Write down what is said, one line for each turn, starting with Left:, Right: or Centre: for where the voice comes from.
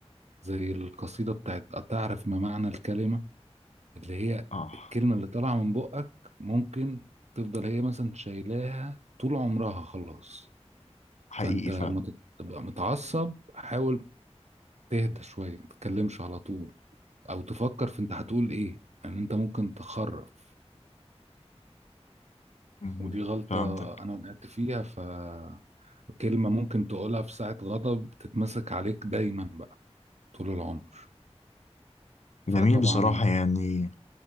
Right: زي القصيدة بتاعت أتعرف ما معنى الكلمة اللي هي
Left: اه
Right: الكلمة اللي طالعة من بقك ممكن تفضل هي مثلا شايلاها طول عمرها خلاص
Left: حقيقي
Right: فأنت
Left: فعلا
Right: لما تت- تبقى متعصب حاول تهدى شوية ما تتكلمش على طول أو تفكر في أنت هتقول إيه لأن يعني أنت ممكن تخرف
Left: مهم.
Right: ودي غلطة
Left: فهمتك
Right: أنا وقعت فيها فكلمة ممكن تقولها في ساعة غضب تتمسك عليك دايما بقى طول العمر فطبعا
Left: جميل بصراحة يعني